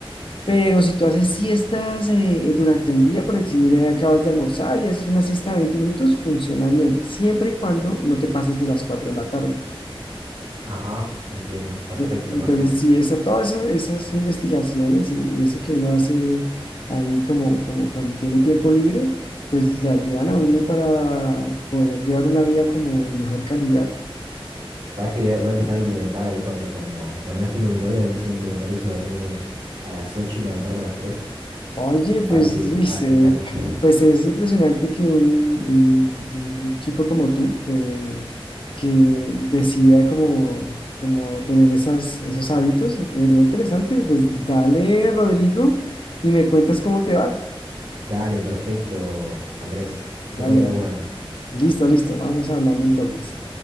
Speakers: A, on the left (about 60°); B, on the right (about 65°).
A: Pero si tú haces siestas eh, eh, durante el día, por decir, eh, acabas de almorzar y haces una siesta de 20 minutos, funciona bien, siempre y cuando no te pases de las 4 de la tarde.
B: ajá, entiendo. Perfecto,
A: Eh, Entonces,
B: perfecto.
A: sí, esa, todas esas, esas investigaciones y, y eso que uno hace ahí como, como cuando tiene tiempo libre, pues le ayudan a uno para poder llevar una vida como de mejor calidad.
B: ¿Sabes que voy a voy a empezar a implementar ahí cuando, cuando, cuando no esté con mi novia? Voy a empezar a implementar eso, dormirme a las 8 y levantarme a las tres
A: Oye, pues,
B: A ver qué,
A: uy,
B: a
A: se-
B: ver qué tal.
A: pues es impresionante que un, un- un chico como tú, eh, que decida como, como tener esas, esos hábitos, sería interesante. Pues dale, Rodrigo, y me cuentas cómo te va.
B: Dale, perfecto, Andrés.
A: Dale,
B: Te cuento
A: dale.
B: cómo me ando.
A: Listo, listo. Vamos hablando entonces.